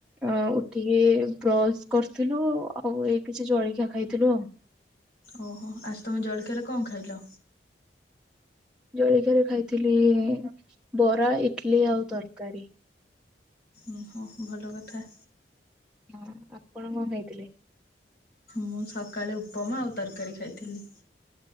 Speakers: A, in the centre; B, on the left.
A: ଆ ଉଠିକି ବ୍ରଶ କରିଥିଲୁ, ଆଉ ଏ କିଛି ଜଳଖିଆ ଖାଇଥିଲୁ ଆଉ।
B: ଓହୋ ଆଜ ତମେ ଜଳଖିଆରେ କଣ ଖାଇଲ?
A: ଜଳିଖିଆ ରେ ଖାଇଥିଲି ବରା ଇଟଲି ଆଉ ତରକାରୀ।
B: ଓ ହଁ ଭଲ କଥା।
A: ହଁ ଆପଣ କଣ ଖାଇଥିଲେ?
B: ମୁଁ ସକାଳେ ଉପମା ଆଉ ତରକାରୀ ଖାଇଥିଲି।